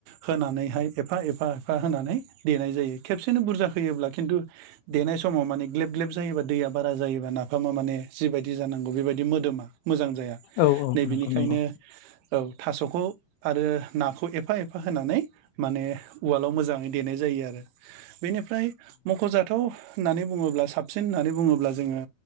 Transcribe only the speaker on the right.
होनानैहाय एफा एफा एफा होनानै दे देनाय जायो खेबसेनो बुरजा होयोब्ला खिन्थु देनाय समाव माने ग्लेब ग्लेब जायोबा दैया बारा जायोबा नाफाम आ मोने जिबायदि जानांगौ बेबादि मोदोमा मोजां जाया
नै
बिनिखायनो
औ थास'खौ आरो नाखौ एफा एफा होनानै माने उवालाव मोजाङै देनाय जायो आरो। आरो बेनिफ्राय मख'जाथाव होननानै बुङोब्ला साबसिन होननानै बुङोब्ला जोङो